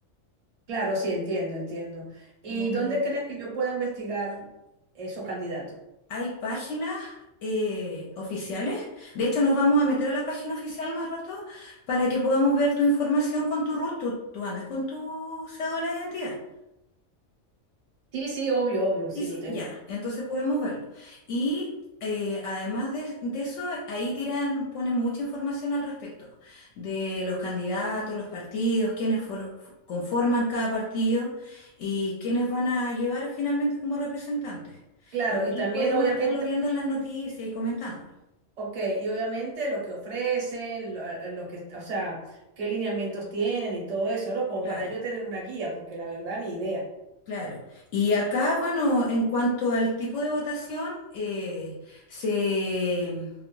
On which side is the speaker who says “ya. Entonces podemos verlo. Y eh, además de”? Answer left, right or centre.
Left